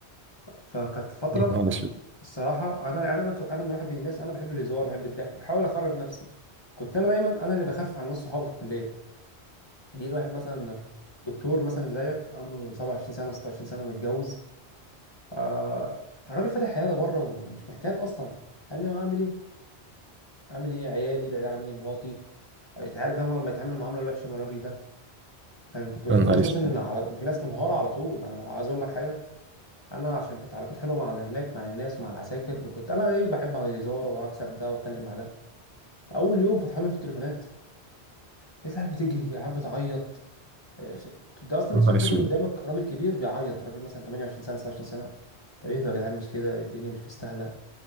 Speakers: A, on the left; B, on the right.
A: فكانت فترة
B: يا نهار اسود
A: الصراحه انا انا انا أنا من واحد من الناس انا بحب الهزار وبحب الضحك وبحاول اخرج نفسي كنت انا دايما انا اللي بخفف عن ناس صحابي في الكليه جه الواحد مثلا دكتور مثلا زيك عنده 27 سنه 26 سنه متجوز آه راجل فاتح عياده بره ومش محتاج اصلا قال لي ما اعمل ايه اعمل ايه عيالي بعيد عني مراتي انت عارف انا لما يتعامل معامله وحشه من الراجل ده فكان كنت بشوف
B: يا نهار
A: ناس
B: اسود
A: مثلا إن على في ناس منهاره على طول انا عايز اقول لك حاجه انا عشان كنت علاقات حلوه مع هناك مع الناس ومع العساكر وكنت انا ايه بحب هزار واكسب ده واتكلم مع ده اول يوم فتحوا لنا في التليفونات لقيت العيال بتجري العيال بتعيط إيه، ش- انت اصلا انت
B: يا نهار
A: شايف
B: اسود
A: راجل قدامك راجل كبير بيعيط راجل مثلا 28 سنه 29 سنه طب ايه ده يا جدعان مش كده الدنيا مش مستاهله